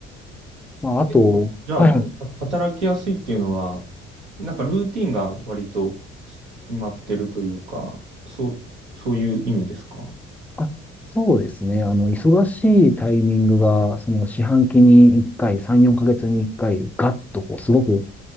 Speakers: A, in the centre; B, on the right.
A: まああと、
B: 結構、じゃあは働きやすいっていうのは、
A: はい。
B: なんかルーティンが割とし決まってるというか、そう、そういう意味ですか
A: あそうですね。あの、忙しいタイミングが、その四半期に1回、3、4ヶ月に1回、ガッとこう、すごく